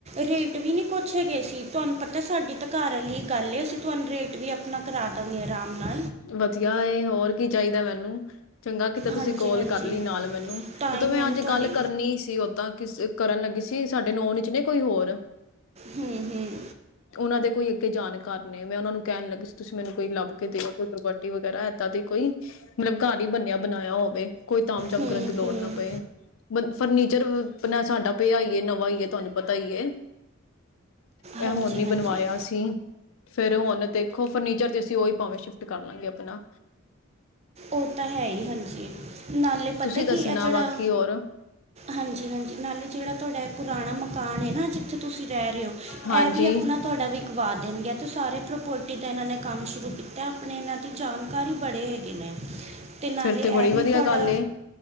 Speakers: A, on the right (about 30°); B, on the left (about 65°).
A: ਰੇਟ ਵੀ ਨੀ ਪੁੱਛੇ ਗੇ ਸੀ, ਤੁਆਨੂੰ ਪਤ ਤੇ ਸਾਡੀ ਤਾਂ ਘਰ ਆਲੀ ਗੱਲ ਏ ਅਸੀਂ ਤੁਆਨੂੰ ਰੇਟ ਵੀ ਅਪਣਾ ਕਰਾ ਦਾਂਗੇ ਅਰਾਮ ਨਾਲ।
B: ਵਧੀਆ ਏ, ਹੋਰ ਕੀ ਚਾਈਦੈ ਮੈਨੂੰ‌‌। ਚੰਗਾ ਕੀਤਾ ਤੁਸੀਂ
A: ਹਾਂਜੀ
B: ਕੋਲ
A: ਹਾਂਜੀ
B: ਕਰਲੀ ਨਾਲ ਮੇਨੂੰ, ਨੀ
A: ਟਾਈਮ
B: ਤਾਂ ਮੈਂ
A: ਮੈਨੂੰ
B: ਅੱਜ
A: ਤੁਹਾਡੀ
B: ਗੱਲ ਕਰਨੀ ਸੀ ਓਦਾਂ ਕਿਸ ਕਰਨ ਲੱਗੀ ਸੀ, ਸਾਡੇ ਨੌਨ ਚ ਨੇ ਕੋਈ ਹੋਰ।
A: ਹੂੰ ਹੂੰ
B: ਓਨਾਂ ਦੇ ਕੋਈ ਤੇ ਜਾਣ ਕਾਰ ਨੇ, ਮੈਂ ਓਨਾਂ ਨੂੰ ਕੈਣ ਲੱਗੀ ਸੀ ਤੁਸੀਂ ਮੈਨੂੰ ਕੋਈ ਲੱਭ ਕੇ ਦਿਓ ਪ੍ਰਪੋਟੀ ਵਗੈਰਾ ਐਦਾਂ ਦੀ ਕੋਈ, ਮਲਬ ਘਾਰ ਬਈ ਬੰਨਿਆ ਬਣਾਏਆ ਹੋਵੇ, ਕੋਈ ਤਾਮ-ਚਮ
A: ਹੂੰ
B: ਕਰਨ ਦੀ ਲੋੜ
A: ਹੂੰ
B: ਨਾ ਪਏ, ਬਣ ਫਰਨੀਚਰ ਵ ਅਪਣਾ ਸਾਡਾ ਪੇਆ ਈਏ, ਨਵਾਂ ਈਏ, ਤੁਆਨੂੰ ਪਤ ਤਾ ਈਏ, ਐ
A: ਹਾਂਜੀ
B: ਹੁਣ ਈ
A: ਹਾਂਜੀ
B: ਬਣਵਾਏਆ ਸੀ। ਫੇਰ ਹੁਣ ਦੇਖੋ ਫਰਨੀਚਰ ਤੇ ਅਸੀਂ ਓਈ ਪਾਵੇਂ ਸ਼ਿਫ ਟ ਕਰ ਲਾਂਗੇ ਅਪਣਾ।
A: ਔ ਤਾਂ ਹੈ ਹੀ ਹਾਂਜੀ। ਨਾਲੇ ਪਤਾ
B: ਤੁਸੀਂ ਦੱਸਣਾ
A: ਕੀ ਐ ਜੇੜਾ
B: ਬਾਕੀ ਹੋਰ
A: ਹਾਂਜੀ ਹਾਂਜੀ ਨਾਲੇ ਜੇੜਾ ਤੋਡਾ ਐ ਪੁਰਾਣਾ ਮਕਾਨ ਏ ਨਾ ਜਿੱਥੇ ਤੁਸੀਂ ਰੈ ਰੇ ਔ
B: ਹਾਂਜੀ
A: ਐ ਵੀ ਅਪਣਾ ਤੋਡਾ ਵਿਕਵਾ ਦੇਣਗੇ। ਤੋਂ ਸਾਰੇ ਪ੍ਰੋਪਰਟੀ ਦਾ ਐਨਾਂ ਨੇ ਕੰਮ ਸ਼ੁਰੂ ਕੀਤੈ ਅਪਣੇ ਏਨਾਂ ਦੀ ਜਾਣਕਾਰ ਈ ਬੜੇ ਹੈਗੇ ਨੇ। ਤੇ ਨਾਲੇ
B: ਫਿਰ ਬੜੀ
A: ਐ ਵੀ
B: ਵਧੀਆ
A: ਤੁਵਾਡਾ
B: ਗੱਲ ਏ